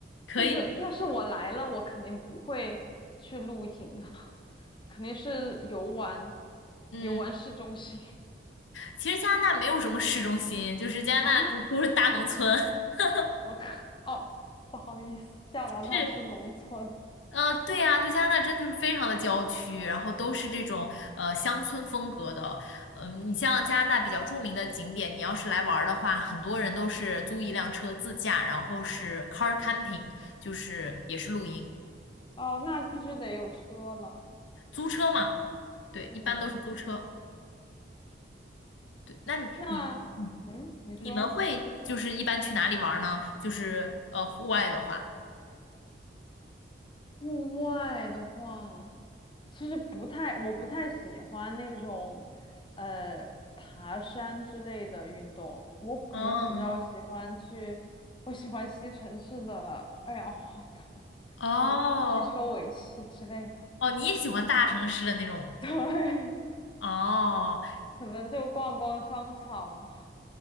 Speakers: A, on the left (about 90°); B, on the left (about 25°).
A: 可以。
B: 但是要是我来了，我肯定不会去露营啊，<laughs> 肯定是游玩，
A: 嗯。
B: 游玩市中心
A: 其实加拿大没有什么市中心，就是加拿大就都是大农村，
B: <laughs> 啊。
A: <laughs>
B: 我靠，哦，不好意思，加拿大是农村
A: 是，呃，对呀、就加拿大真就是非常的郊区，然后都是这种呃乡村风格的。嗯、你像加拿大比较著名的景点，你要是来玩儿的话，很多人都是租一辆车自驾，然后是 car camping，就是也是露营，
B: 哦，那必须得有车了。
A: 租车嘛，对，
B: 嗯，
A: 一般都是租车。对，那你你你
B: 那嗯，你说。
A: 你们会就是一般去哪里玩儿呢？就是呃户外的话，
B: 户外的话，其实不太，我不太喜欢那种，呃，爬山之类的运动。我可能比较喜欢去，
A: 嗯。
B: 我喜欢吸城市的 <laughs> 二氧化碳，
A: 哦，
B: 汽汽车尾气之类的。
A: 哦，你也喜欢大城市的那种
B: <laughs> 对，
A: 哦，
B: 可能就逛逛商场吧，